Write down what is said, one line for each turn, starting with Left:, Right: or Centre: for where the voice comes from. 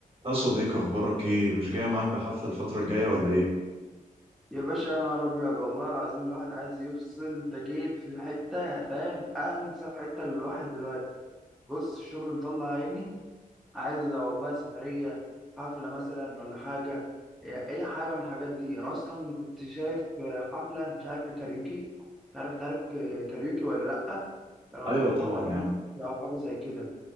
Right: يا صديقي اخبارك ايه مش جاي معاك بحفله الفتره الجايه ولا ايه
Centre: يا باشا يا نهار ابيض والله العظيم الواحد عايز يفصل انت جيت في حته فاهم انسب حته للواحد دلوقتي بص الشغل مطلع عيني عايز والله سفريه حفله مثلا ولا حاجه إيه، اي حاجه من الحاجات دي انا اصلا كنت شايف حفله مش عارف الكاريوكي مش عارف تعرف كاريوكي ولا لا كانوا
Right: ايوه
Centre: عاملين
Right: طبعا
Centre: حفله كمان
Right: يا عم
Centre: او حاجه زي كده